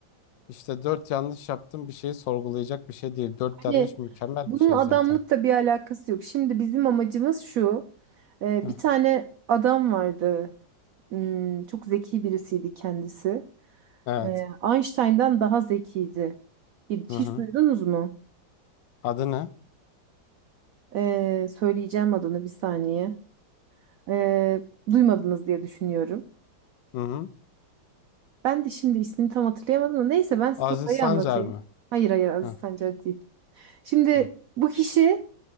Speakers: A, on the left (about 75°); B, on the right (about 80°).
A: İşte dört yanlış yaptım bir şeyi sorgulayacak bir şey değil. Dört
B: Hani
A: yanlış mükemmel
B: bunun
A: bir şey
B: adamlıkla
A: zaten.
B: bir alakası yok. Şimdi bizim amacımız şu. Eee,
A: Hı.
B: bir tane adam vardı. Hmm, çok zeki birisiydi kendisi.
A: Evet.
B: Eee, Einstein'dan daha zekiydi. Hiç
A: Hı hı.
B: duydunuz mu?
A: Adı ne?
B: Eee, söyleyeceğim adını bir saniye. Ee, duymadınız diye düşünüyorum.
A: Hı hı.
B: Ben de şimdi ismini tam hatırlayamadım da neyse ben size
A: Aziz
B: olayı
A: Sancar
B: anlatayım.
A: mı?
B: Hayır hayır Aziz
A: Hı
B: Sancar değil. Şimdi
A: hı.
B: bu kişi